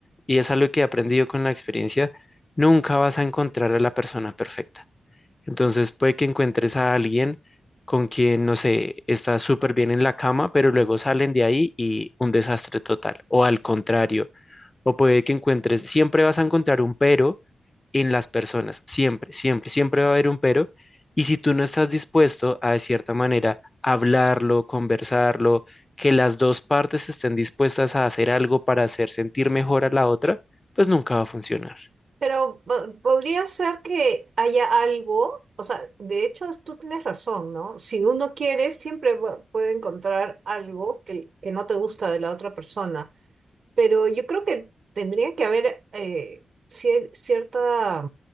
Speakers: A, on the left; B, on the right.
A: y es algo que he aprendido con la experiencia, nunca vas a encontrar a la persona perfecta. Entonces puede que encuentres a alguien con quien, no sé, está súper bien en la cama, pero luego salen de ahí y un desastre total, o al contrario, o puede que encuentres, siempre vas a encontrar un pero en las personas, siempre, siempre, siempre va a haber un pero, y si tú no estás dispuesto a, de cierta manera, hablarlo, conversarlo, que las dos partes estén dispuestas a hacer algo para hacer sentir mejor a la otra, pues nunca va a funcionar.
B: pero po- podría ser que haya algo, o sea, de hecho es- tú tienes razón, ¿no? Si uno quiere, siempre pu- puede encontrar algo que, que no te gusta de la otra persona. Pero yo creo que tendría que haber eh, cier- cierta